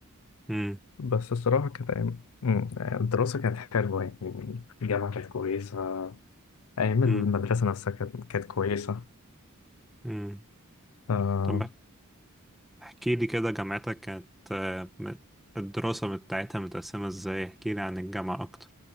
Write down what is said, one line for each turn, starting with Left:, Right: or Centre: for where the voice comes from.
Centre: مم.
Left: بس الصراحة كانت أيام مم، الدراسة كانت حلوة يعني الجامعة كانت كويسة أيام
Centre: مم.
Left: المدرسة نفسها كانت كانت كويسة
Centre: مم.
Left: آه
Centre: طب احكي لي كده جامعتك كانت آه، م- الدراسة بتاعتها متقسمة إزاي احكي لي عن الجامعة أكتر